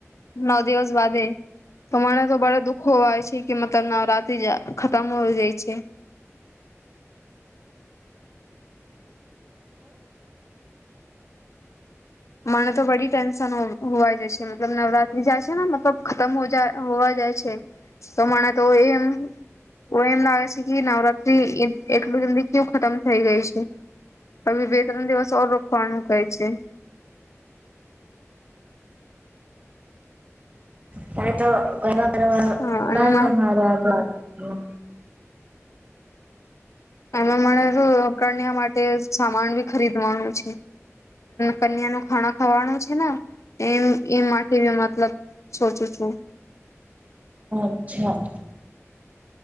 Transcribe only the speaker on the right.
ત્યારે તો કર અ
ના
છે મારે આદ વાત. <unintelligible>
અચ્છા.